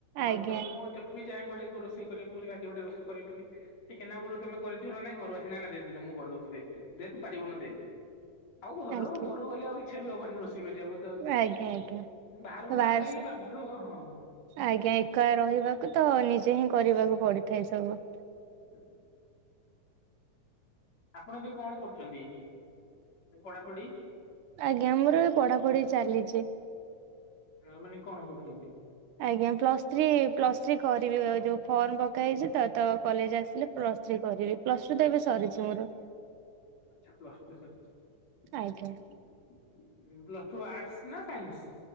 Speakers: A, on the left; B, on the right.
A: ଘରେ
B: ଆଜ୍ଞା
A: ତ ମୁଁ ଅଜ ବି ଯାଏ ଗୋଟେ ରୋଷେଇ କରିବାକୁ ମୁଁ କହିଲି ଆଜି ଗୋଟେ ରୋଷଇ କରିବି ବୋଲି ଟିକେ ନାକୁରୁ ତୁମେ କରିଥିବ ନାଇଁ ଘରୁ ଆସ ନାନା ଦେ ଦେ ଦେ ମୁଁ କରିଦଉଛି ଦେ ଦେ ତୁ ପାରିବୁନୁ ଦେ ଆଉ ଘରୁ
B: ଆଜ୍ଞା।
A: ଘରୁ ଗଲେ ଆଉ ଇଚ୍ଛା ବି ହବନି ରୋଷେଇ କରିବାକୁ ତ
B: ଆଜ୍ଞା ଆଜ୍ଞା
A: ବାହାରକୁ
B: ବାହାର
A: ବାହାରିଲେ ହିଁ ବାଧ୍ୟ ହଁ।
B: ଆଜ୍ଞା ଏକା ରହିବାକୁ ତ ନିଜେ ହିଁ କରିବାକୁ ପଡିଥାଏ ସବୁ।
A: ହୁଁ। ଆପଣ ଏବେ କଣ କରୁଛନ୍ତି ଏ ପଢାପଢି?
B: ଆଜ୍ଞା ମୋର ଏବେ ପଢାପଢି ଚାଲିଛି।
A: ପିଲାମାନେ କଣ ପଢୁଛନ୍ତି?
B: ଆଜ୍ଞା ପ୍ଲସ୍ ଥ୍ରୀ ପ୍ଲସ୍ ଥ୍ରୀ କରିବି ଆଉ ଯୋଉ ଫର୍ମ ପକାହେଇଛି ତ ତ କଲେଜ ଆସିଥିଲି ପ୍ଲସ୍ ଥ୍ରୀ କରିବି। ପ୍ଲସ ଟୁ ତ ଏବେ ସରିଛି ମୋର।
A: ଆଚ୍ଛା ପ୍ଲାସ ଟୁ ସରିଛି।
B: ଆଜ୍ଞା
A: ପ୍ଲସ ଟୁ ଆର୍ଟସ ନା ସାଇନ୍ସ?